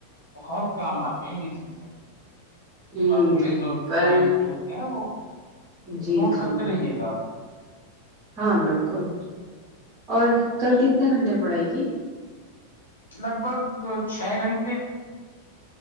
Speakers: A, on the left (about 75°); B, on the right (about 30°).
A: بہت کام آتے ہیں یہ چیزیں
B: ہوں
A: فارملیس اور
B: کل
A: پوائنٹ جوتے ہیں نا وہ
B: جی
A: نوٹ
B: جی
A: کرتے رہیے گا آپ
B: ہاں بالکل اور کل کتنے گھنٹے پڑائی کی
A: لگ بھگ چھ گھنٹے